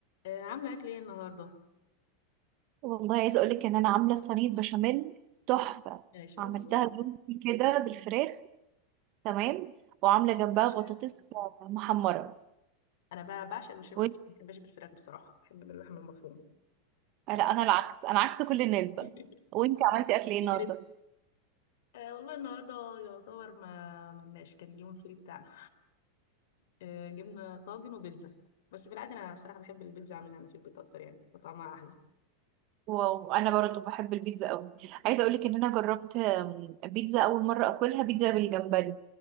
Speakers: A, on the left; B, on the right.
A: آه، عامله اكل ايه النهارده
B: والله عايزه اقول لك ان انا عامله صينيه بشاميل تحفه
A: ماشي
B: عملتها
A: والله
B: جوزي كده بالفراخ تمام وعامله جنبها
A: عشان
B: بطاطس محمره
A: انا بقى بعشق البشاميل
B: وانت
A: بس ما بحبش بالفراخ بصراحه بحب باللحمه المفرومه
B: لا انا العكس انا عكس كل الناس بقى
A: <laughs>
B: وانت عملتي اكل ايه
A: يجرس
B: النهارده
A: أه والله النهارده يعتبر ما ملناش كان اليوم الفري بتاعنا أه جبنا طاجن وبيتزا بس في العاده انا بصراحه بحب البيتزا اعملها انا في البيت اكتر يعني وطعمها احلى
B: واو انا برضه بحب البيتزا قوي عايزه اقول لك ان انا جربت آم، بيتزا اول مره اكلها بيتزا بالجمبري